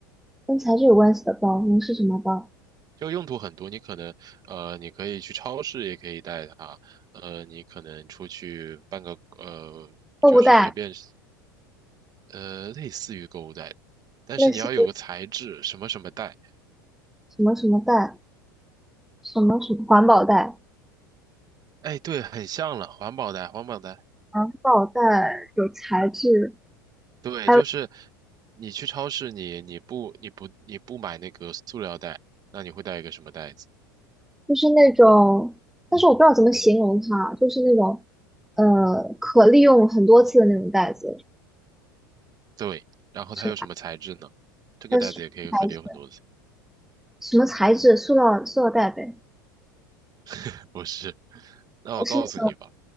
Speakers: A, in the centre; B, on the right (about 35°).
A: 跟材质有关系的包，能是什么包？
B: 就用途很多，你可能呃，你可以去超市也可以带它，呃，你可能出去办个呃，
A: 购物袋，
B: 就是随便呃，类似于购物袋，但是你要有个材质，
A: 类似于
B: 什么什么袋，
A: 什么什么袋？什么什么环保袋？
B: 哎，对，很像了，环保袋，环保袋。
A: 环保袋有材质，
B: 对，
A: 还有
B: 就是你去超市你，你不你不你不买那个塑料袋，那你会带一个什么袋子？
A: 就是那种，但是我不知道怎么形容它，就是那种呃可利用很多次的那种袋子，
B: 对，然后它有什么材质呢？
A: 是
B: 这个袋子也可以很有很多次，
A: 它是材质什么材质？塑料塑料袋呗，
B: <laughs> 不是？<laughs> 那我告诉你吧，
A: 是那种